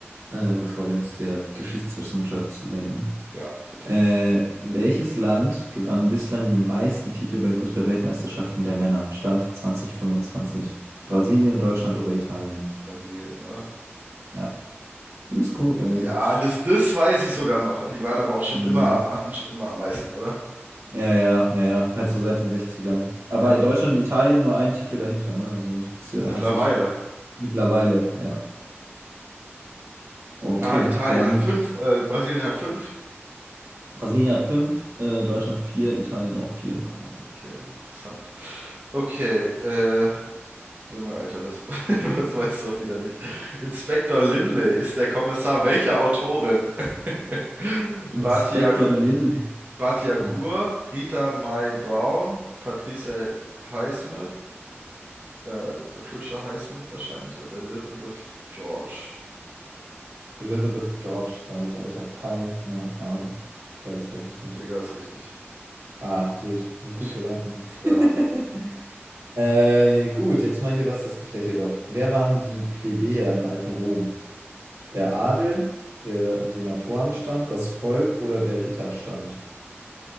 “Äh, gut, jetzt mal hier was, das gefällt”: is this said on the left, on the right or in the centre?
Right